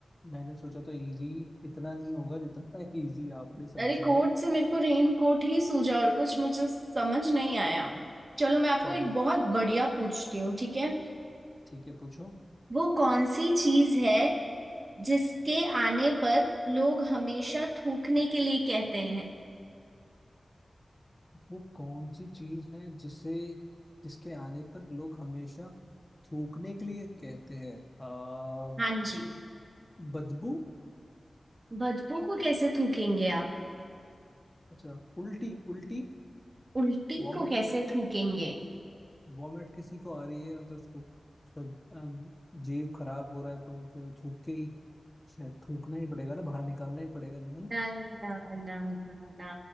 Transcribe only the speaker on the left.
मैंने सोचा था इजी इतना नहीं होगा जितना <laughs> इजी आपने समझ
लिया
चलो
ठीक है पूछो
वो कौन सी चीज है जिसे जिसके आने पर लोग हमेशा थूकने के लिए कहते हैं आ
बदबू
अच्छा उल्टी उल्टी
वॉमिट
वॉमिट किसी को आ रही है मतलब उसको उसका अ, जीव खराब हो रहा है तो वो फिर थूक के ही शायद थूकना ही पड़ेगा ना बाहर निकालना ही पड़ेगा नहीं